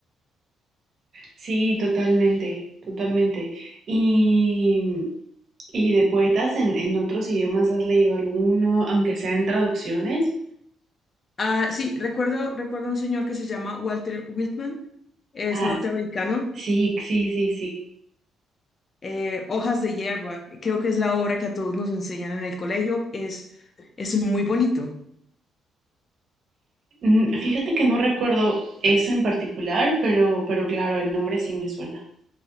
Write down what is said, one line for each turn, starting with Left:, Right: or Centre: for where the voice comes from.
Right: Sí, totalmente, totalmente. Y, y de poetas en, en otros idiomas, ¿has leído alguno, aunque sea en traducciones?
Left: Ah, sí, recuerdo, recuerdo a un señor que se llama Walter Whitman, es
Right: Ah,
Left: norteamericano,
Right: sí, sí, sí, sí.
Left: eh, Hojas de hierba, creo que es la obra que a todos nos enseñan en el colegio, es, es muy bonito.
Right: Mm, Fíjate que no recuerdo ese en particular, pero, pero claro, el nombre sí me suena.